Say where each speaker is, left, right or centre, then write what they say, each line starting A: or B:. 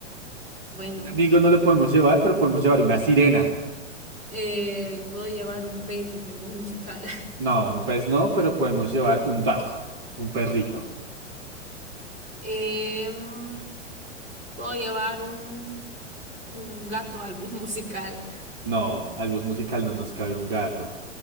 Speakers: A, on the right; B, on the right.
A: Bueno,
B: Un amigo
A: pues
B: no lo podemos llevar, pero podemos llevar una sirena.
A: eh, puedo llevar un pez en el bus musical. <laughs>
B: No, un pez no, pero podemos llevar un dog, un perrito.
A: Em, puedo llevar un, un gato al bus <laughs> musical.
B: No, al bus musical no nos cabe un gato.